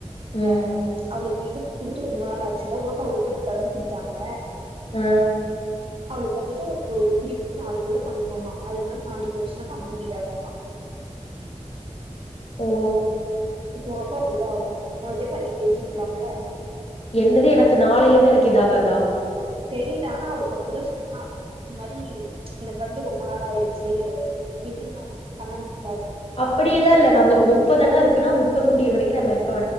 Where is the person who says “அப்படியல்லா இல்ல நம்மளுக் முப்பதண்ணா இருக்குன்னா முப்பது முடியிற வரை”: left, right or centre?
Left